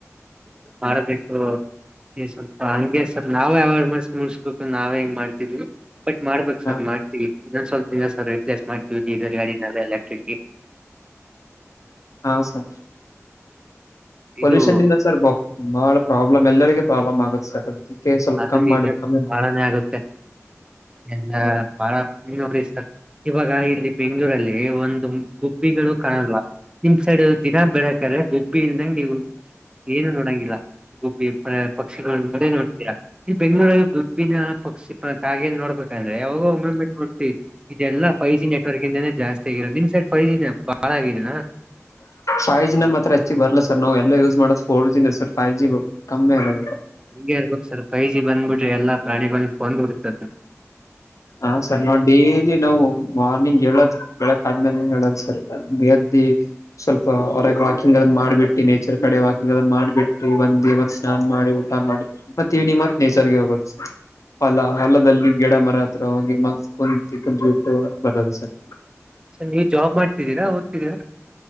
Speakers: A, on the right; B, on the left.
A: ಮಾರ ದಸ ಏ ಸ್ವಲ್ಪ ಹಂಗೆ ಸ್ವಲ್ ನಾವವು ಯಾವ ಮಾಡಸ ಮುಡಸ್ಬೇಕು ನಾವೇ ಹೆಂಗ್ ಮಾಡ್ತಿದವಿ ಬಟ್ ಮಾಡ್ಬೇಕೇಕ್ ಸರ್
B: ಹ
A: ಮಾಡ್ತವಿಿ ಇನ್ನೊಂದ ಸ್ವಲ್ಪ ದಿನ ಸರ್ ರಿಪ್ಲೇಸ್ ಮಾಡ್ತವಿಿ ಇದರ್ ಗಾಡಿನಲ್ಲ ಎಲೆಕ್ಟ್ರಿಸಿ
B: ಹಾ ಸರ್ ಪೊಲ್ಯೂಷನ್ಂದ
A: ಇದು
B: ಸರ್ ಬಹಳ ಪ್ರಾಬ್ಲಮ್ ಮ್ಮೆಲ್ಲರಿಗೆ ಪ್ರಾಬ್ ಆಗುತ್ತೆ ಸರ್ ಅದಕ್ಕೆ ಸ್ವಲ್ಪ
A: ಅದು
B: ಕಮ್ಮಿ ಮಾಡಿ
A: ಈಗ
B: ಕಮ್ಮಿ ಮಾಡಿ.
A: ಬಾಳನೇ ಆಗುತ್ತೆ ಎಲ್ಲ ಬಾಳರ್ ಇವಾಗ ಇಲ್ಲಿ ಬೆಂಗಳೂರುರಲ್ಲಿ ಒಂದು ಗುಬ್ಬಿಗಳು ಕಾಣಲ್ಲ ನಿಮ್ ಸೈಡ್ ದಿನಾ ಬೆಳಕ್ರೆ ಗಬ್ಬಿ ಇಲ್ದಂಗಗೆ ನೀವು ಏನು ನೋಡಂಗಿಲ್ಲ ಗುಬ್ಬಿ ಪಕ್ಷಿಗಳು ಮ ನೋ ಈ ಬೆಂಗಳೂರಲ್ಲಿ ಗುಬ್ಬಿನ ಪಕ್ಷಿ ಪ ಕಾಗೆ ನೋಡ್ಬೇಕಂದ್ರೆ ಯಾವಾಗ ಒೆಡ್ತಿವಿ ಇದೆಲ್ಲ ಫೈವ್ ಜಿ ನೆಟ್ವರ್ಕ್ ಇಂದಾನೇ ಜಾಸ್ತಿ ಆಗಿರೋದು ನಿಮ್ ಸೈಡ್ ಫೈ ಜಿ ಬಾಳ ಆಗಿದೆ
B: ಫೈ್ ಜ ನ ಮಾತ್ರ ಹ ಹೆಚ್ಚಿ ಬರ್ಲ ಸರ್ ನಾವು ಎಲ್ಲಾ ಯೂಸ್ ಮಾಡೋದು ಫೋರ್ ಜಿನ ಸರ್ ಫೈ್ ಜಿ ಕಮ್ಮಿ ಅಗೆ
A: ಹಂಗೆ ಇರ್ಬೇಕಕ್ ಸರ್ ಫೈವ್ ಜಿ ಬಂದ್ಬಿಟ್ರೆ ಎಲ್ಲಾ ಪ್ರಾಣಿಗಳ ಫಂದ್ ಕೊಡತ
B: ಹ ಹಾ ಸರ್ ನೋ ಡೇಲಿ ನಾವು ಮಾರ್ನಿಂಗ್ ಹೇಳದು್ ಬೆಳಕ್ ಆದ್ಮೇಲೆ ಹೇಳದು್ ಸರ್ದ್ದಿ ಸ್ವಲ್ಪ ಹೊರಗೆ ವಾಕಿಂಗ್ ಅದನ್ನ ಮಾಡ್ಬಿಟ್ಟಿ ನೇಚರ್ ಕಡೆ ವಾಕಿಂಗ್ ಅದ್ ಮಾಡ್ಬಿಟ್ಟಿ ಒಂದಿ ಮ ಸ್ನಾನ ಮಾಡ ಮಾಡಿ ಊಟ ಮಾಡಿ ಮತ್ತ ಇವ್ನಿಂಗ್ ಮತ್ ನೇಚರ್ಗೆ ಹೋಗದು ಅಲ್ಲ ಹಲದಲ್ಲಿ ಗಿಡ ಮರ ಹತ್ರ ಹೋಗಿ ಮಸ್ ಕುಂತು ಕುತ್ ಬಿಟ್ಟು ಬರೋದು ಸರ್
A: ನೀವು ಜಾಬ್ ಮಾಡ್ತಿದ್ದೀರಾ ಓದ್ತಿದ್ದೀರಾ